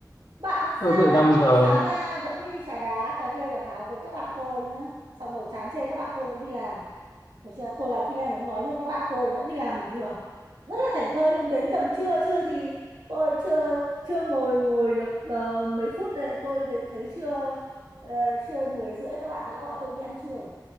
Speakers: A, on the right; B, on the left.
A: bạn làm
B: tôi
A: sao
B: dậy
A: đấy
B: năm
A: tôi
B: giờ
A: sáng ra vẫn đi trà đá cà phê cà pháo với các bạn tôi nhá xong rồi chán chê các bạn tôi vẫn đi làm Được chưa? Tôi làm freelance cũng nói như các bạn tôi vẫn đi làm bình thường. Rất là thảnh thơi luôn đến tầm trưa chưa gì tôi chưa chưa ngồi ngồi được ờ, mấy phút rồi, tôi thấy, thấy trưa ờ, trưa mười rưỡi các bạn đã gọi tôi đi ăn trưa. rồi.